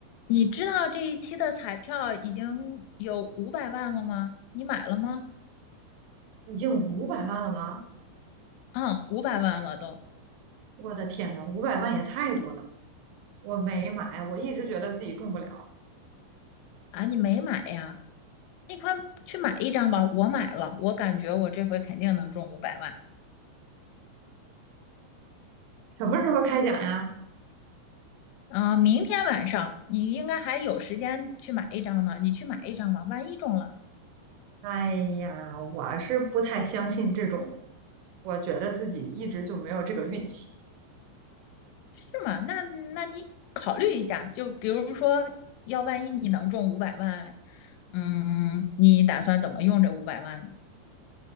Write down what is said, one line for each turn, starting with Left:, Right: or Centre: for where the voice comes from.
Left: 你知道这一期的彩票已经有五百万了吗？你买了吗？
Right: 已经五百万了吗？
Left: 嗯，五百万了都
Right: 我的天呐，五百万也太多了！我没买，我一直觉得自己中不了。
Left: 啊！你没买呀？你快去买一张吧！我买了，我感觉我这回肯定能中五百万
Right: 什么时候开奖呀？
Left: 啊！明天晚上你应该还有时间去买一张呢，你去买一张吧，万一中了呢，
Right: 哎呀，我是不太相信这种，我觉得自己一直就没有这个运气。
Left: 是吗？那那你考虑一下，就比如说，要万一你能中五百万，嗯，你打算怎么用这五百万呢？